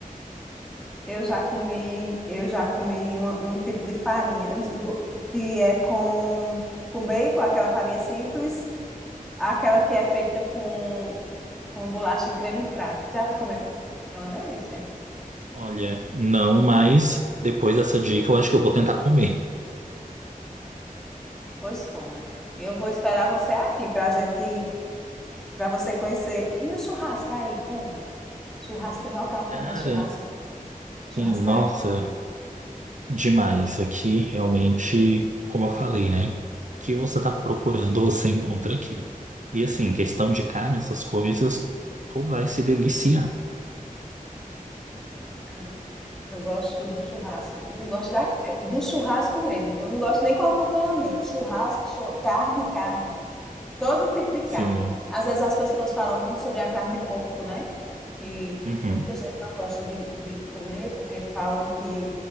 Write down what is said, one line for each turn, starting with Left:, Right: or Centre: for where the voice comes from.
Centre: Eu já comi, eu já comi uma- um tipo de farinha eu não- vou- que é com, com bacon, aquela farinha simples, aquela que é feita com, com bolacha creme crack. Já comeu? É uma delícia.
Right: Olha, não, mas depois dessa dica eu acho que eu vou tentar comer.
Centre: Pois como é. E Eu vou esperar você aqui para a gente para você conhecer. E o churrasco aí, como? Churrasco, tem local que
Right: Cara,
Centre: tem churrasco? Churrascaria.
Right: sim, nossa, demais. Aqui realmente, como eu falei, né? O que você tá procurando, você encontra aqui. E assim, questão de carne, essas coisas, tu vai se deliciar.
Centre: Ah, eu gosto de um churrasco, viu? Eu gosto da, do churrasco mesmo. Eu não gosto nem com acompanhamento. Churrasco, chur- carne, carne. Todo tipo de carne.
Right: Sim.
Centre: Às vezes as pessoas falam muito sobre a carne de porco, né? Que
Right: Uhum.
Centre: muita gente não gosta de, de comer porque falam que